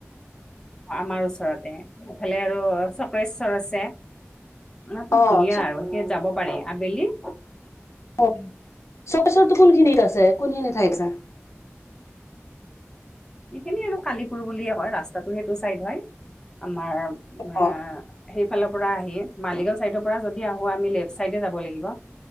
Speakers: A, on the left; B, on the left.
A: আমাৰ ওচৰতে ইফালে আৰু চক্ৰেশ্বৰ আছে। ইয়াতটো
B: অ',
A: ধুনীয়া আৰু হেত যাব পাৰি আবেলি।
B: অ চক্ৰেশ্বৰতো কোনখিনিত আছে, কোনখিনি ঠাইত আছে?
A: এইখিনি আৰু কালিপুৰ বুলিয়ে কয় ৰাস্তাটো সেইটো চাইদ হয় আমাৰ এ!
B: অ',
A: সেইফালৰ পৰা আহি মালিগাঁও চাইডৰ পৰা যদি আহোঁ আমি লেফ! চাইডে যাব লাগিব